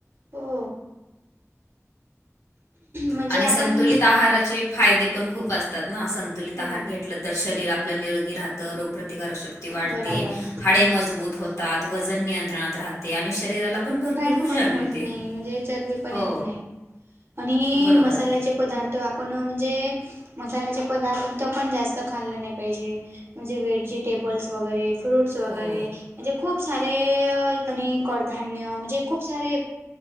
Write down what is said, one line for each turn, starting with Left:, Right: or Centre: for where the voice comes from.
Right: हो! म्हणजे
Left: आणि संतुलित
Right: आपण
Left: आहाराचे फायदे पण खूप असतात ना संतुलित
Right: हो
Left: आहार घेतलं तर शरीर आप आपलं निरोगी राहतं रोगप्रतिकारक शक्ती वाढते.
Right: बराबर
Left: हाडे मजबूत होतात वजन नियंत्रणात राहते आणि शरीराला आपण भरपूर
Right: फॅट
Left: ऊर्जा
Right: पण होत
Left: मिळते.
Right: नाही म्हणजे चरबी पण
Left: हो!
Right: येत नाही. आणि
Left: बरोबर
Right: मसाल्याचे
Left: आहे
Right: पदार्थ आपण म्हणजे मसाल्याचे पदार्थ तर पण जास्त खाल्लं नाही पाहिजे. म्हणजे व्हेजिटेबल्स वगैरे फ्रूट्स वगैरे
Left: हो
Right: म्हणजे खूप सारे आणि कडधान्य म्हणजे खूप सारे